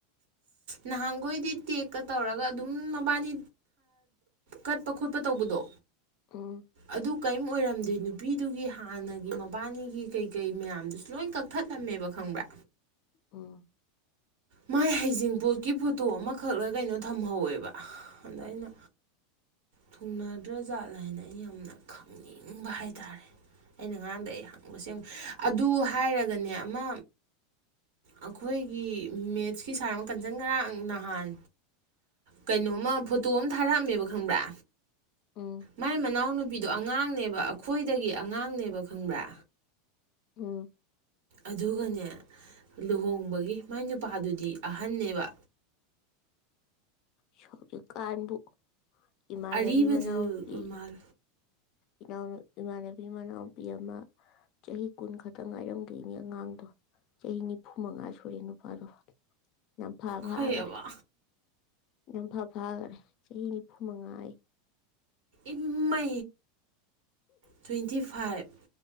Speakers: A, on the right; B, on the left.
A: ꯅꯍꯥꯟꯈꯣꯏꯗꯤ ꯇꯦꯛꯀ ꯇꯧꯔꯒ ꯑꯗꯨꯝ ꯃꯕꯥꯅꯤ ꯀꯠꯄ ꯈꯣꯠꯄ ꯇꯧꯕꯗꯣ
B: ꯎꯝ
A: ꯑꯗꯨ ꯀꯔꯤꯝ ꯑꯣꯏꯔꯝꯗꯦ ꯅꯨꯄꯤꯗꯨꯒꯤ ꯍꯥꯟꯅꯒꯤ ꯃꯕꯥꯅꯤꯒꯤ ꯀꯩ ꯀꯩ ꯃꯌꯥꯝꯗꯨꯁꯨ ꯂꯣꯏ ꯀꯛꯊꯠꯂꯝꯃꯦꯕ ꯈꯪꯕ꯭ꯔꯥ
B: ꯑꯣ
A: ꯃꯥꯏ ꯍꯩꯖꯤꯡꯄꯣꯠꯀꯤ ꯐꯣꯇꯣ ꯑꯃꯈꯛꯂ ꯀꯩꯅꯣ ꯊꯝꯍꯧꯋꯦꯕ ꯑꯗ ꯑꯩꯅ ꯊꯨꯡꯅꯗ꯭ꯔ ꯖꯥꯠꯂ ꯍꯥꯏꯅ ꯑꯩꯅ ꯌꯥꯝꯅ ꯈꯪꯅꯤꯡꯕ ꯍꯥꯏꯇꯥꯥꯔꯦ ꯑꯩꯅꯉꯥꯡꯗ ꯑꯩ ꯍꯪꯕꯁꯦ ꯑꯗꯨ ꯍꯥꯏꯔꯒꯅꯦ ꯑꯃ ꯑꯩꯈꯣꯏꯒꯤ ꯃꯦꯠꯁꯀꯤ ꯁꯥꯔ ꯑꯃ ꯀꯟꯖꯪ ꯈꯔꯥꯡ ꯅꯍꯥꯟ ꯀꯩꯅꯣꯃ ꯐꯣꯇꯣ ꯑꯃ ꯊꯥꯔꯛꯑꯝꯃꯦꯕ ꯈꯪꯕ꯭ꯔꯥ
B: ꯎꯝ
A: ꯃꯥꯏ ꯃꯅꯥꯎꯅꯨꯄꯤꯗꯣ ꯑꯉꯥꯡ ꯅꯦꯕ ꯑꯩꯈꯣꯏꯗꯒꯤ ꯑꯉꯥꯡꯅꯦꯕ ꯈꯪꯕ꯭ꯔꯥ
B: ꯎꯝ
A: ꯑꯗꯨꯒꯅꯦ ꯂꯨꯍꯣꯡꯕꯒꯤ ꯃꯥꯏ ꯅꯨꯄꯥꯗꯨꯗꯤ ꯑꯍꯟꯅꯟꯅꯦꯕ
B: ꯁ ꯀꯟꯕꯨ ꯏꯃꯥꯅꯕꯤ
A: ꯑꯔꯤꯕꯗꯨ
B: ꯃꯅꯥꯎ ꯄ
A: ꯃꯥꯜ
B: ꯏꯅꯥꯎ ꯏꯃꯥꯟꯅꯕꯤ ꯏꯃꯅꯥꯎꯄꯤ ꯑꯃ ꯆꯍꯤ ꯀꯨꯟ ꯈꯛꯇꯪ ꯉꯥꯏꯔꯝꯗꯣꯏꯅꯤ ꯑꯉꯥꯡꯗꯣ ꯆꯍꯤ ꯅꯤꯐꯨ ꯃꯉꯥ ꯁꯨꯔꯦ ꯅꯨꯄꯥꯗꯣ ꯌꯥꯝ ꯐꯥ ꯐꯒꯔꯦ
A: ꯈꯣꯏꯑꯕ
B: ꯌꯥꯝ ꯐ ꯐꯥꯈꯔꯦ ꯆꯍꯤ ꯅꯤꯐꯨ ꯃꯉꯥ
A: ꯏꯃ ꯇ꯭ꯋꯦꯟꯇꯤ ꯐꯥꯏꯚ